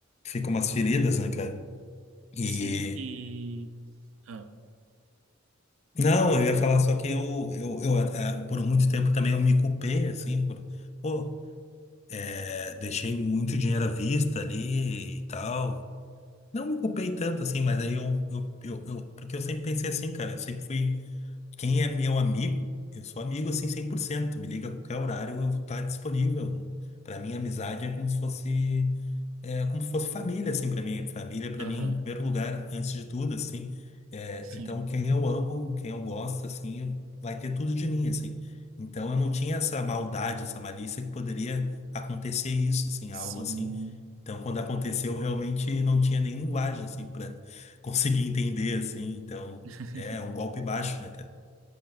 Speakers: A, on the left; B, on the right.
A: fica umas feridas, né, cara? E
B: Sim, e. ah,
A: não, eu ia falar só que eu, eu, eu eh, por muito tempo também eu me culpei, assim, por, pô, eh, deixei muito dinheiro à vista ali e tal. Não me culpei tanto assim, mas aí eu, eu, eu, eu- porque eu sempre pensei assim, cara, eu sempre fui Quem é meu amigo, eu sou amigo assim cem por cento Me liga a qualquer horário, eu vou estar disponível. Para mim, amizade é como se fosse é como se fosse família assim para mim. Família para
B: Aham,
A: mim, em primeiro lugar, antes de tudo assim. É,
B: sim.
A: então, quem eu amo, quem eu gosto assim, eu- vai ter tudo de mim assim. Então, eu não tinha essa maldade, essa malícia que poderia acontecer isso assim, algo
B: Sim,
A: assim. Então, quando aconteceu, eu realmente não tinha nem linguagem assim para <laughs> conseguir entender assim. Então,
B: <laughs>
A: é um golpe baixo, né, cara?